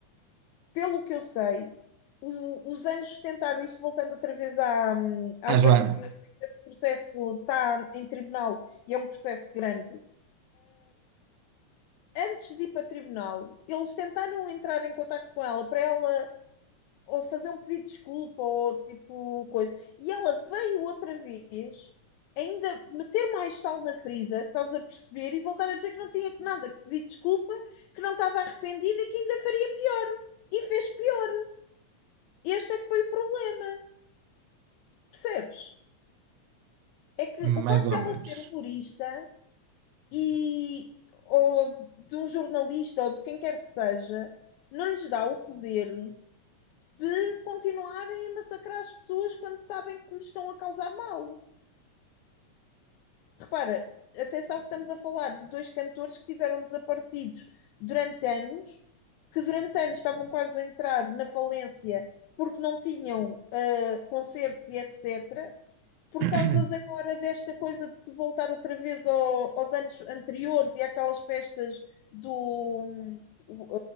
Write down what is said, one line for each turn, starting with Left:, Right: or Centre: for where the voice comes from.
Left: pelo que eu sei, o- os anjos tentaram, isto voltando outra vez à, à
Right: A
Left: Joana,
Right: Joana.
Left: porque eu sei que esse processo está em tribunal e é um processo grande. Antes de ir para tribunal, eles tentaram entrar em contacto com ela para ela ou fazer um pedido de desculpa ou tipo coisa. E ela veio outra vez ainda meter mais sal na ferida, estás a perceber, e voltar a dizer que não tinha que nada, que pedir desculpa, que não estava arrependida e que ainda faria pior. E fez pior. Este é que foi o problema. Percebes? É que
Right: Mais
Left: o facto
Right: ou
Left: dela
Right: menos.
Left: ser humorista
Right: <coughs>
Left: e ou de um jornalista ou de quem quer que seja, não lhes dá o poder de continuarem a massacrar as pessoas quando sabem que lhes estão a causar mal. Repara, atenção que estamos a falar de dois cantores que tiveram desaparecidos durante anos, que durante anos estavam quase a entrar na falência porque não tinham ah, concertos e etc. por
Right: <clears throat>
Left: causa de agora desta coisa de se voltar outra vez ao- aos anos anteriores e àquelas festas do hum, o,